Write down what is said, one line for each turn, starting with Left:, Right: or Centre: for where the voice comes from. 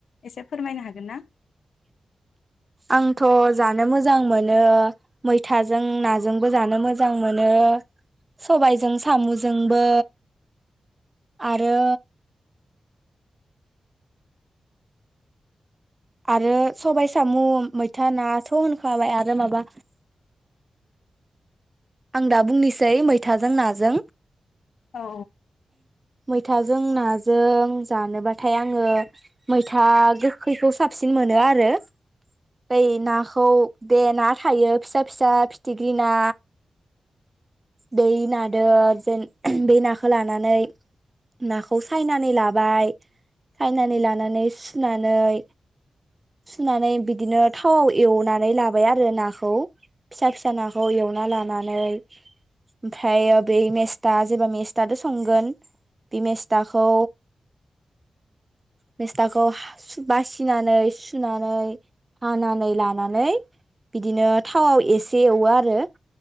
Left: एसे फोरमायनो हागोन ना?
Right: आंथ' जानो मोजां मोनो मैथाजों नाजोंबो जानो मोजां मोनो सबायजों सामजोंबो आरो आरो सबाइ सामु मैथा ना थ होनखाबाय आरो माबा आं दा बुंनोसै मैथाजों नाजों।
Left: औ
Right: मैथाजों नाज जों जानोबाथाय आङो मैथा गोखैखौ साबसिन मोनो आरो बै नाखौ बेे ना थायो फिसा फिसा फिथिग्रि ना बै नादो जेन बे नाखो लानानै नाखौ सायनानै लाबाय सायनानै लानानै सुनानै सुनानै बिदिनो थावाव एवनानै लाबाय आरो नाखौ फिसा फिसा नाखौ एवना लाना नै ओमफायो बे मेस्था जेबा मेस्थादो संगोन बे मेस्थाखौ मेस्थाखौ हा सु बासिनानै सुनानै हानानै लानानै बिदिनो थावाव इसे एवो आरो